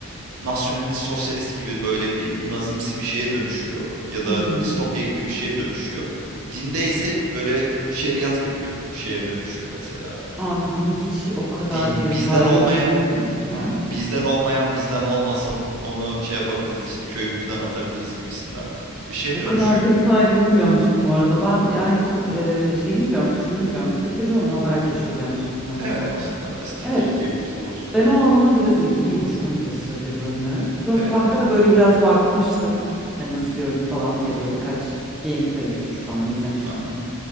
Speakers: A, on the right; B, in the centre.
A: nasyonalist sosyalist gibi böyle bir nazimsi bir şeye dönüşüyor ya
B: hı.
A: da distopya gibi bir şeye dönüşüyor. Dinde ise böyle şeriat gibi kö- şeye dönüşüyor mesela.
B: Anladım. Hiç o kadar
A: Dini
B: detaylı
A: bizden olmaya
B: bilmiyorum.
A: bi- ha
B: Hı hı.
A: bizden olmayan bizden olmasın onu şey yapabiliriz işte köyümüzden atabiliriz gibisinden bir şeye
B: O
A: dönüşüyor.
B: kadar <laughs> detaylı bilmiyormuşum bu arada. Ben yani ku- e, şeyini biliyorum, türünü biliyorum. Strateji oyunu olarak geçiyordu yanlış hatırlamıyorsam.
A: Evet aslında strateji
B: Evet,
A: diyebiliriz doğru söylüyorsun.
B: ben o alana biraz ilgiliyim. Hoşuma gidiyor strateji oyunları. Frostpunk'a
A: Evet evet
B: da böyle
A: ben
B: biraz
A: de.
B: bakmıştım. Hani nasıl bir oyun falan diye böyle birkaç gameplay bir küçük ama izlemiştim.
A: Aha.